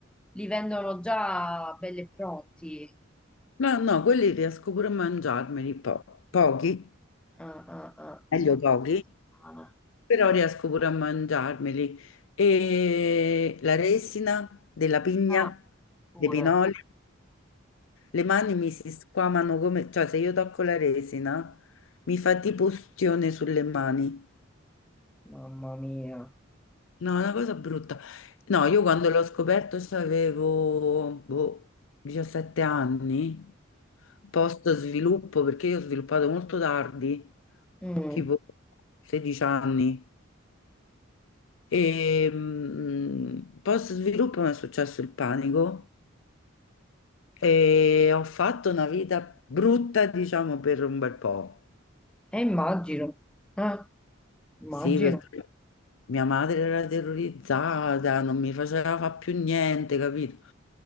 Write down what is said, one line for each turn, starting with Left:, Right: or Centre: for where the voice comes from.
Centre: li vendono già belli e pronti.
Left: no, no, quelli riesco pure a mangiarmeli po- pochi,
Centre: Ah, ah, ah.
Left: meglio
Centre: Ma che
Left: pochi,
Centre: cosa strana.
Left: però riesco pure a mangiarmeli. E la resina della pigna,
Centre: Ah, pure.
Left: dei pinoli, le mani mi si squamano come, cioè se io tocco la resina mi fa tipo ustione sulle mani.
Centre: Mamma mia.
Left: No, è una cosa brutta. No, io quando l'ho scoperto avevo 17 anni, post sviluppo, perché io ho sviluppato molto tardi,
Centre: Mm,
Left: tipo 16 anni. E, mh, post sviluppo mi è successo il panico e ho fatto una vita brutta, diciamo, per un bel po'.
Centre: E immagino, eh, immagino.
Left: Sì, perché mia madre era terrorizzata, non mi faceva fa più niente, capito?